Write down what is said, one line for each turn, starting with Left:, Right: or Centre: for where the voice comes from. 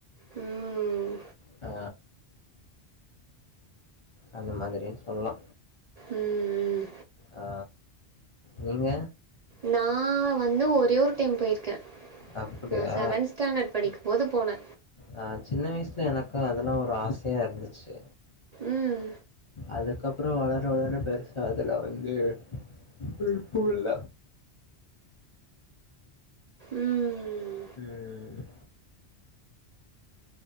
Right: ம்
Left: ஆ அந்த மாதிரினு சொல்லலா
Right: ம்
Left: ஆ நீங்க
Right: நா வந் து ஒரே ஒரு டைம் போயிருக்கே
Left: அப்டியா
Right: நா செவன்த் ஸ்டாண்டர்ட் படிக்கும்போது போனே
Left: ஆ சின்ன வயசுல எனக்கும் அதெல்லா ஒரு ஆசயா இருந்துச்சு
Right: ம்
Left: அதுக்கப்பறோ வளர வளர பெருசா அதுல வந்து விருப்போ இல்ல
Right: ம்
Left: ம்